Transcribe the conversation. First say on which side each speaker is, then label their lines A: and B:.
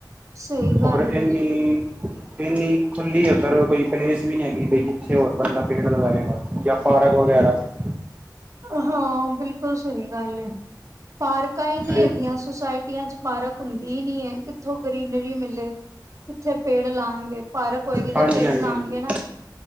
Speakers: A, on the right; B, on the right.
A: ਸਹੀ ਗੱਲ
B: ਹੋਰ ਏਨੀ
A: ਏ,
B: ਇੰਨੀ ਖੁੱਲੀ ਅਗਰ ਕੋਈ ਪਲੇਸ ਵੀ ਨੀ ਹੈਗੀ, ਬਈ ਜਿੱਥੇ ਹੋਰ ਬੰਦਾ ਪੇੜ ਲਗਾਏਗਾ। ਜਾਂ ਪਾਰਕ ਵਗੈਰਾ ਚ
A: ਹਾਂ ਬਿਲਕੁਲ ਸਹੀ ਗੱਲ ਏ, ਪਾਰਕਾਂ ਹੀ ਨਹੀਂੀ
B: ਤੇ
A: ਹੈਗੀਆਂ ਸੁਸਾਇਟੀਆਂ ਚ ਪਾਰਕ ਹੁੰਦੀ ਈ ਨੀ ਹੈ। ਕਿੱਥੋਂ ਗਰੀਨਰੀ ਮਿਲੇ ਕਿੱਥੇ ਪੇੜ ਲਾਣਗੇ। ਪਾਰਕ ਹੋਏਗੀ ਤੇ
B: ਹਾਂਜੀ
A: ਫੇਰ
B: ਹਾਂਜੀ
A: ਲਾਣਗੇ
B: ਹਾਂਜੀ
A: ਨਾ।